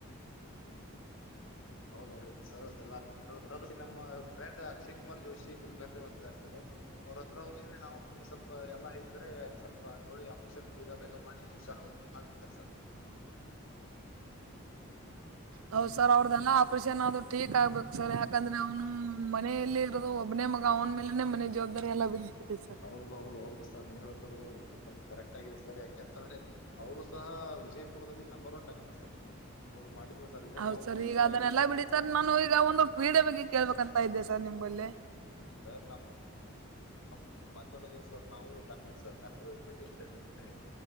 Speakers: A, on the left; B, on the right.
A: ಹೌದೌದು ಸರ್ ಅದೆ ನಮ್ಮ ಫ್ರೆಂಡ್ ಅಕ್ಷಯ್ ಕುಮಾರ್ ಜೋಶಿ ಕುಲ್ಕರ್ಣಿ ಹೊತಿದ್ದಾರೆ ಸರ್ ಅವ್ರ ಹತ್ರ ಹೋಗ್ರೆ ನಾವ್ ಅವ್ರಿಗೆ ಸ್ವಲ್ಪ ಎಲ್ಲಾ ಹೇಗಿದ್ರೆ ಸ್ವಲ್ಪ ನೋಡಿ ಆಪರೇಷನ್ ಬೇಗ ಬೇಗ ಮಾಡಿ ಹುಷಾರಾಗೋ ಮಾಡ್ಬೇಕಂತಾರ ಸರ್
B: ಹೌದ್ ಸರ್ ಅವ್ರದ್ದೆಲ್ಲಾ ಆಪ್ರೇಷನ್ ಆದ್ರ ಟೀಕ್ ಆಗ್ಬೇಕು ಸರ್ ಯಾಕಂದ್ರೆ ಅವನು ಮನೆಯಲ್ಲಿ ಇರೋದು ಒಬ್ಬನೆ ಮಗಾ ಅವನ ಮೇಲೆನೆ ಮನೆ ಜವಾಬ್ದಾರಿ ಎಲ್ಲಾ ಬಿದ್ದಿದೆ
A: ಹೌದೌದು ಹೌದು ಸರ್ ನೀವ್ ಹೇಳ್ತರೋದು ಕರೆಕ್ಟ್ ಆಗ ಸರ್ ಯಾಕೆಂತಂದ್ರೆ ಅವರು ಸಹ ವಿಜಯಪುರದಲ್ಲಿ ನಂಬರ್ ಒನ್ ಡಾಕ್ಟರ್ ಸರ್ ಅವ್ರು ಮಾಡಿದ ಸರ್ಜರೀ
B: ಹೌದ್
A: ಯಾವ
B: ಸರ್
A: ಪೇಲವ್ರೇ
B: ಈಗ ಅದನ್ನೆಲ್ಲಾ
A: ಆಗಿಲ್ಲ ಸರ್
B: ಬಿಡಿ ನಾನು ಈಗ ಒಂದು ಕ್ರೀಡೆ ಬಗ್ಗೆ ಕೇಳ್ಬೇಕ ಅಂತ ಇದ್ದೆ ಸರ್ ನಿಂಬಲ್ಲಿ
A: ಸರ್ <unintelligible> ಹ ಮಾತಾಡೋದು ಸರ್ ನಾವು ಡಾಕ್ಟರ್ ಸರ್ ಡಾಕ್ಟರ್ ಬಗ್ಗೆ <unintelligible>